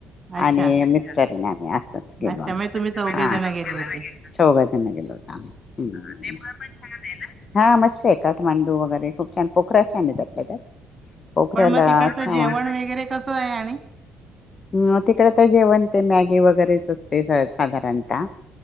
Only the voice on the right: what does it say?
अच्छा
अच्छा
म्हणजे
चौघे
जण गेले होते.
पण मग तिकडचं
जेवण वगैरे कसं आहे आणि?